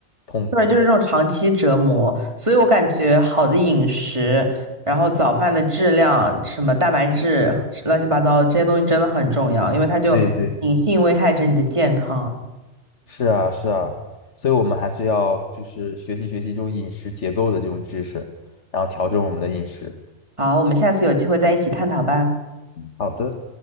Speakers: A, on the left; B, on the right.
A: 痛苦。
B: 对，就是这种长期折磨，所以我感觉好的饮食，然后早饭的质量，什么蛋白质，乱七八糟的这些东西真的很重要，因为它就隐性危害着你的健康。
A: 对对，是啊，是啊，所以我们还是要就是学习学习这种饮食结构的这种知识，然后调整我们的饮食。
B: 好，我们下次有机会再一起探讨吧。
A: 好的。